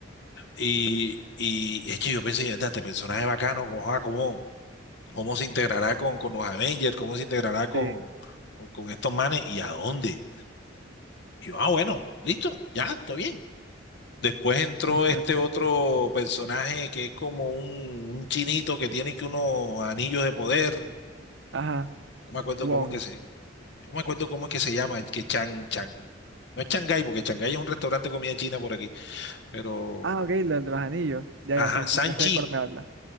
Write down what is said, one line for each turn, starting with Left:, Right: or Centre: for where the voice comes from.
Left: Y, y hecho, yo pensé, "Mierda, este personaje bacano, ¿cómo, ah, cómo, cómo se integrará con, con los Avengers? ¿Cómo se integrará con,
Right: sí,
Left: con, con estos manes? ¿Y a dónde? Y yo, ah, bueno, listo, ya, está bien. Después entró
Right: exacto.
Left: este otro personaje que es como un, un chinito que tiene que unos anillos de poder. No
Right: Ajá.
Left: me acuerdo
Right: Wong.
Left: cómo que se, No me acuerdo cómo es que se llama, que Chan, Chan. No es Shanghái, porque Shanghái es un restaurante de comida china por aquí. Pero,
Right: Ah, ok, la de los anillos. Ya,
Left: ajá,
Right: ya sé,
Left: Sanchi.
Right: ya sé de cuál me habla.